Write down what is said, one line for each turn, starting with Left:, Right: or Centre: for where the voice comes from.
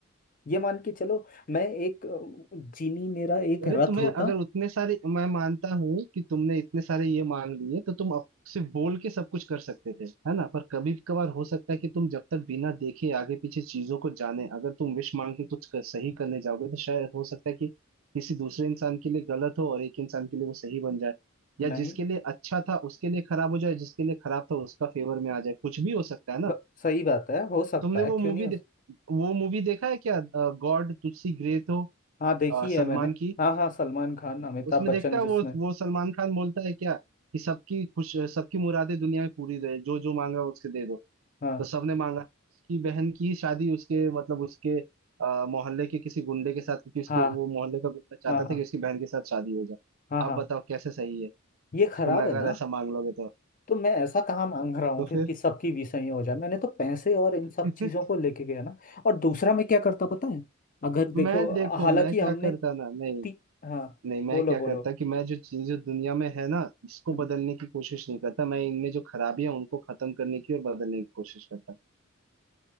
Left: ये मान के चलो मैं एक जीनी मेरा एक
Right: अरे
Left: रथ
Right: तुम्हें
Left: होता
Right: अगर उतने सारे मैं मानता हूँ कि तुमने इतने सारे ये मान लिए तो तुम अप- सिर्फ बोल के सब कुछ कर सकते थे है ना पर कभी कभार हो सकता है कि तुम जब तक बिना देखे आगे पीछे चीजों को जाने अगर तुम विश मांग के कुछ कर, सही करने जाओगे तो शायद हो सकता है कि किसी दूसरे इंसान के लिए गलत हो और एक इंसान के लिए वो सही बन जाए या
Left: नहीं
Right: जिसके लिए अच्छा था उसके लिए खराब हो जाए जिसके लिए खराब था उसका फेवर में आ जाए कुछ भी हो सकता है ना
Left: ब- सही बात है हो सकता
Right: तुमने
Left: है
Right: वो
Left: क्यों
Right: मूवी
Left: नहीं हो
Right: दे,
Left: सकता
Right: वो मूवी देखा है क्या गॉड तुसी ग्रेट हो
Left: हाँ देखी
Right: अ,
Left: है
Right: सलमान
Left: मैंने
Right: की
Left: हाँ हाँ सलमान खान अमिताभ
Right: उसमें
Left: बच्चन
Right: देखता है
Left: जिसमें
Right: वो वो सलमान खान बोलता है क्या कि सबकी खुश सबकी मुरादें दुनिया में पूरी रहे जो जो मांगा उसके दे दो
Left: हाँ
Right: तो सबने मांगा उसकी बहन की शादी उसके मतलब उसके अ, मोहल्ले के किसी गुंडे के साथ क्योंकि उसके
Left: हाँ
Right: वो मोहल्ले का गुंडा चाहता
Left: हाँ
Right: था
Left: हाँ
Right: कि उसकी बहन के साथ शादी हो जाए
Left: हाँ हाँ
Right: आप बताओ कैसे सही है
Left: ये
Right: तुम
Left: खराब
Right: अगर
Left: है ना
Right: ऐसा मांग लोगे तो
Left: तो मैं ऐसा कहाँ मांग रहा हूँ
Right: तो
Left: फिर
Right: फिर
Left: कि सबकी विषय ही हो जाए मैंने तो पैसे और इन सब
Right: <laughs>
Left: चीजों को लेके गया ना और दूसरा मैं क्या करता पता है अगर देखो
Right: मैं देखो
Left: हालांकि
Right: मैं
Left: हमने
Right: क्या करता ना नहीं
Left: ती, हाँ
Right: नहीं मैं
Left: बोलो
Right: क्या
Left: बोलो
Right: करता कि मैं जो चीजें दुनिया में है ना इसको
Left: हम्म,
Right: बदलने की कोशिश नहीं करता मैं इनमें जो खराबियां उनको खत्म करने की और बदलने की कोशिश करता